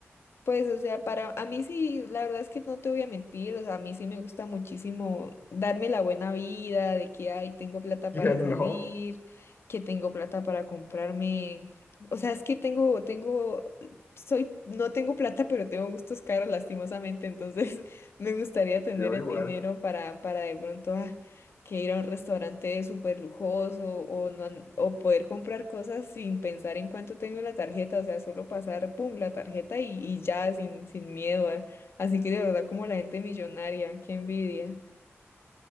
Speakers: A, on the left; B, on the left.
A: Pues, o sea, para a mí sí, la verdad es que no te voy a mentir, o sea, a mí sí me gusta muchísimo darme la buena vida de que, ay, tengo plata
B: ¿Quién
A: para salir,
B: no?
A: que tengo plata para comprarme, o sea, es que tengo, tengo, soy, no tengo plata, pero tengo gustos caros lastimosamente, entonces <laughs> me gustaría tener
B: Yo
A: el
B: igual.
A: dinero para, para de pronto, ah, que ir a un restaurante súper lujoso o, no, an- o poder comprar cosas sin pensar en cuánto tengo en la tarjeta, o sea, solo pasar, pum, la tarjeta y, y ya, sin, sin miedo. a- Así que de verdad, como la gente millonaria, qué envidia.